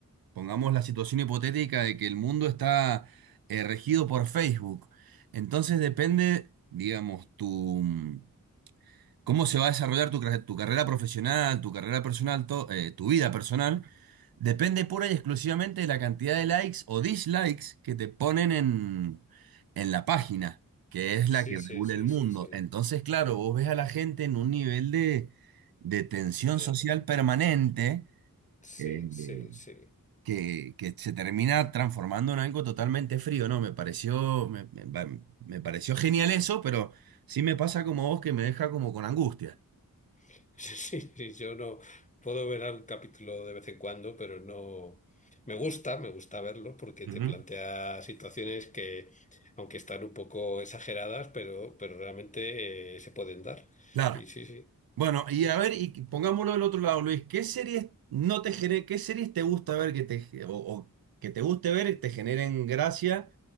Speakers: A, on the right; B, on the left.
A: Pongamos la situación hipotética de que el mundo está eh, regido por Facebook. Entonces depende, digamos, tu mm, cómo se va a desarrollar tu, carre- tu carrera profesional, tu carrera personal, to- eh, tu vida personal. Depende pura y exclusivamente de la cantidad de likes o dislikes que te ponen en, en la página, que es la
B: Sí,
A: que regula
B: sí, sí,
A: el mundo.
B: sí, sí.
A: Entonces, claro, vos ves a la gente en un nivel de, de tensión
B: Ya.
A: social permanente.
B: Sí,
A: eh,
B: sí, sí.
A: que, que se termina transformando en algo totalmente frío, ¿no? Me pareció, me, me- va- me pareció genial eso, pero sí me pasa como vos que me deja como con angustia.
B: <laughs> Sí, sí, yo no puedo ver un capítulo de vez en cuando, pero no me gusta, me gusta verlo porque
A: Ujú.
B: te plantea situaciones que, aunque están un poco exageradas, pero, pero realmente eh, se pueden dar.
A: Claro.
B: Y sí, sí.
A: Bueno, y a ver, y pongámoslo del otro lado, Luis, ¿qué series no te gene- qué series te gusta ver que te, ge- o, o que te guste ver y te generen gracia?